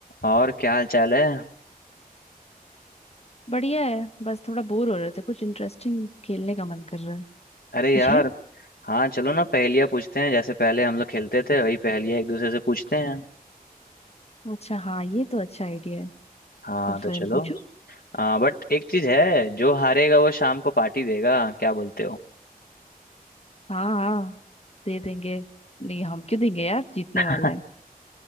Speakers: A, on the left; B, on the left.
A: और क्या हाल चाल है
B: बढ़िया है बस थोड़ा बोर हो रहे थे कुछ इंटरेस्टिंग खेलने का मन कर रहा है
A: अरे
B: कुछ
A: यार
B: है
A: हाँ चलो ना पहेलियाँ पूछते हैं जैसे पहले हम लोग खेलते थे वही पहेलियाँ एक दूसरे से पूछते हैं
B: अच्छा हाँ ये तो अच्छा आइडिया है
A: हाँ
B: तो
A: तो
B: फिर
A: चलो
B: पूछो
A: हाँ बट एक चीज है जो हारेगा वो शाम को पार्टी देगा क्या बोलते हो
B: हाँ हाँ दे देंगे नहीं हम क्यों देंगे यार जीतने
A: <laughs>
B: वाले हैं